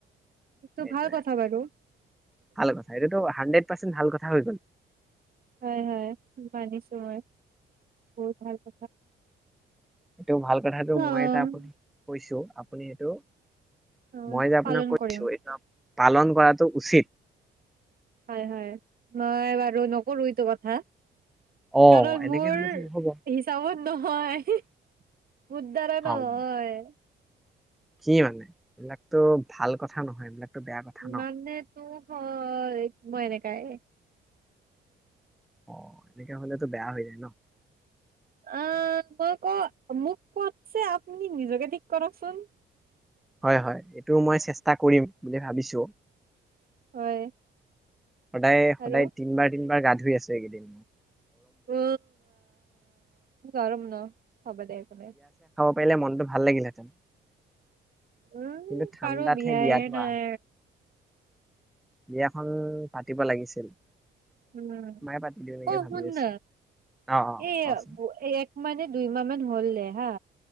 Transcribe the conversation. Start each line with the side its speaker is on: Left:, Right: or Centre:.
Right: সেইটো
Centre: সেইটোৱে
Right: ভাল কথা বাৰু
Centre: ভাল কথা এইটোতো হানড্ৰেড পাৰ্চেণ্ট ভাল কথা হৈ গল
Right: হয় হয় মানিচো হয় বহুত ভাল প
Centre: এইটো ভাল কথাটো
Right: অ',
Centre: মই এটা আপ কৈছো আপুনি এইটো
Right: উ
Centre: মই যে আপোনাক
Right: পালন
Centre: কৈছো
Right: কৰিম
Centre: এইটো পালন কৰাটো উচিত
Right: হয় হয় মই বাৰু নকৰো এইটো কথা
Centre: অ
Right: কাৰণ
Centre: এনেকে
Right: মোৰ
Centre: হলেতো নহব
Right: হিচাপত নহয় সিক উদদাৰ
Centre: খাওঁ
Right: ন হয় <unintelligible>
Centre: কি মানে এইবিলাকতো ভাল কথা নহয় এইবিলাকতো বেয়া কথা ন
Right: মানে তোৰ হয় মই এনেকাই
Centre: অ এনেকে হলেতো বেয়া হৈ যায় ন
Right: অ মই ক মোক কতছে আপুনি নিজকে ঠিক কৰকচোন
Centre: হয় হয় এইটো মই চেষ্টা কৰিম বুলি ভাবিছোঁ
Right: হয়
Centre: সদায়
Right: আৰু
Centre: সদায় তিনিবাৰ তিনিবাৰ গাত ধুই আছে এই কেইদিন
Right: অ আৰাম না হ'ব দে দে
Centre: পাৰে মনটো ভাল লাগিলহেঁতেন
Right: উম
Centre: কিন্তু ঠাণ্ডাতহে
Right: কাৰো বিয়ায়ে
Centre: বিয়াটো
Right: নাই
Centre: আহে বিয়াখন পাতিব লাগিছিল
Right: উম
Centre: মায়ে পাতি দিওঁ নেকি
Right: অ
Centre: ভাবি
Right: শুন
Centre: আছো
Right: ন
Centre: অ অ
Right: এই
Centre: কচোন
Right: এক মাহে দুই মাহ মান হ'ল দেহা